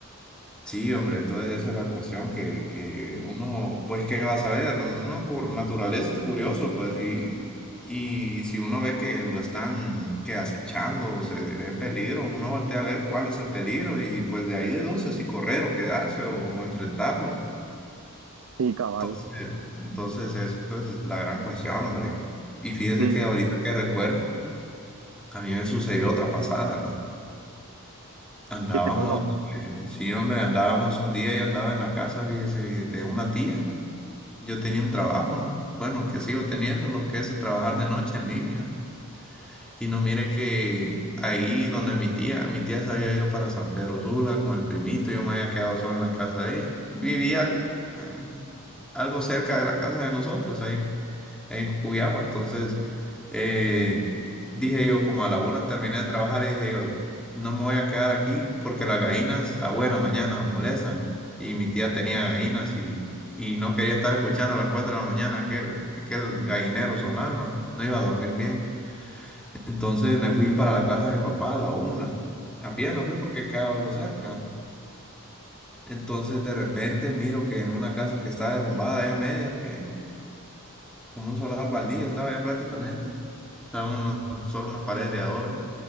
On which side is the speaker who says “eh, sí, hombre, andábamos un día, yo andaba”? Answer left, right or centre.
Centre